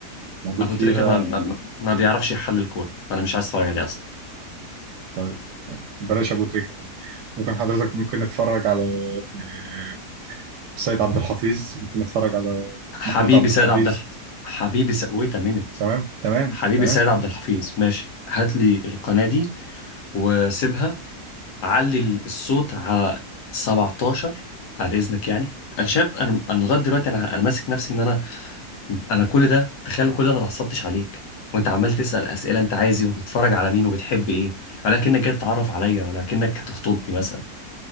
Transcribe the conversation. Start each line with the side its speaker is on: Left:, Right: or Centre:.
Right: موجود
Left: ابو
Right: فيها
Left: تريكه ما... ما... ما بيعرفش يحلل الكوره فانا مش عايز اتفرج عليه اصلا
Right: طيب بلاش ابو تريكه يا فندم ممكن حضرتك ممكن نتفرج على آه، سيد عبد الحفيظ ممكن اتفرج على
Left: حبيبي
Right: محمود عبد
Left: سيد
Right: الحفيظ
Left: عبد الح... حبيبي س... ويت مينت
Right: تمام تمام
Left: حبيبي
Right: تمام
Left: سيد عبد الحفيظ ماشي هات لي القناه دي وسيبها علي الصوت على 17 بعد اذنك يعني انا شاب انا انا لغايه دلوقتي انا انا ماسك نفسي ان انا انا كل ده تخيل كل ده ما اتعصبتش عليك وانت عمال تسال اسئله انت عايز ايه وبتتفرج على مين وبتحب ايه ولكنك جاي تتعرف عليا ولكنك هتخطبني مثلا